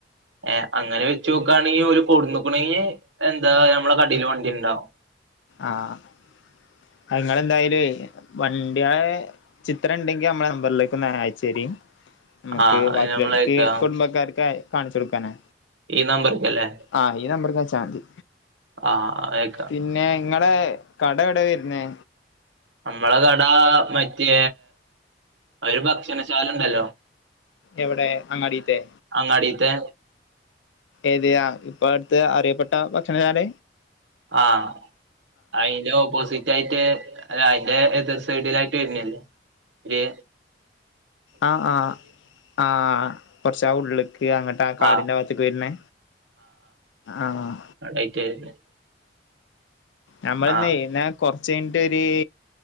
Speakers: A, on the right; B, on the left.
A: ഹ് അങ്ങനെ വെച്ചു നോക്കുകയാണെങ്കിൽ ഒരു കൊടു നോക്കണെങ്കിൽ എന്താ നമ്മളെ കടയിൽ വണ്ടി ഉണ്ടാാവും
B: ആഹ് ഇങ്ങളെന്തായല് വണ്ടിയ ചിത്രം ഉണ്ടെങ്കി നമ്മള നമ്പറിലേക്ക് ഒന്ന് അയച്ചേര്. നമുക്ക്
A: ആഹ് അത്
B: വാക്കികൾക്ക്
A: നമ്മളേക്കാ
B: കുടുംബക്കാർക്കായി കാണിച്ചു കൊടുക്കാനാ
A: ഈ നമ്പർക്കല്ലേ
B: ആ ഈ നമ്പർക്കയച്ച മതി
A: ആഹ് അയക്കാം
B: പിന്നെ നിങ്ങളെ കട എവിടെ വരുന്നേ?
A: നമ്മളെ കട മറ്റേ ഒര് ഭക്ഷണശാല ഉണ്ടല്ലോ
B: എവിടെ അങ്ങാടിത്തെ?
A: അങ്ങാടീത്തെ
B: ഏതയാ ഇപ്പ അടുത്ത് അറിയപ്പെട്ട ഭക്ഷണശാല
A: ആഹ് അയിന്റെ ഓപ്പോസിറ്റ് യിട്ട് അതിന്റെ എതിർ സൈഡിലായിട്ട് വരുന്നല്ലേ ഒര്
B: ആഹ് ആഹ് ആഹ് കുറച്ച് ആ ഉള്ളക്ക് അങ്ങട്ട് താകാടിന്റെ
A: ആഹ്
B: ഭാത്തക്ക് വരുന്നേ ആഹ്
A: ആളായിറ്റ് വരുന്നേ
B: നമ്മളിന്നെ
A: ആഹ്
B: ന്നാ കൊറച്ച് കഴിഞ്ഞിട്ടൊരു